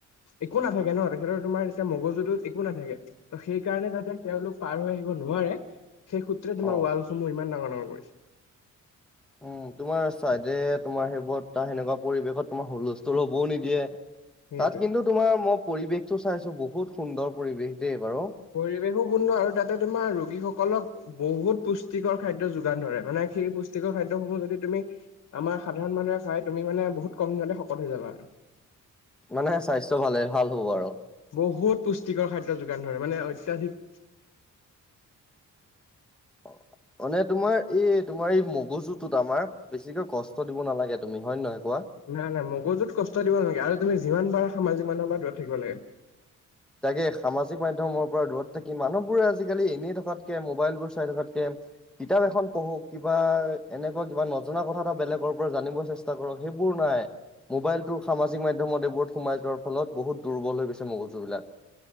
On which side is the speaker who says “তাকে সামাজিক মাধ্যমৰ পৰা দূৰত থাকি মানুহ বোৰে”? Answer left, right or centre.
Centre